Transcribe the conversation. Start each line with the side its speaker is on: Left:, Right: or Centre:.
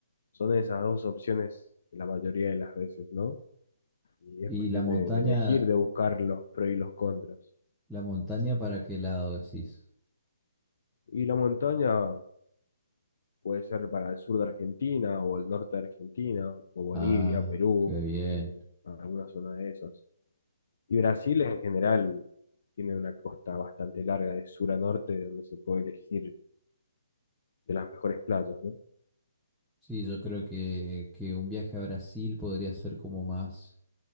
Left: son esas dos opciones la mayoría de las veces, ¿no? Y
Centre: Y
Left: es cuestión
Centre: la montaña
Left: de, de elegir, de buscar los pros y los contras.
Centre: ¿La montaña para qué lado decís?
Left: Y la montaña puede ser para el sur de Argentina o el norte de Argentina, o Bolivia,
Centre: Ah,
Left: Perú,
Centre: qué bien.
Left: eh, alguna zona de esas. Y Brasil en general tiene una costa bastante larga de sur a norte, donde se puede elegir de las mejores playas, ¿no?
Centre: Sí, yo creo que, que un viaje a Brasil podría ser como más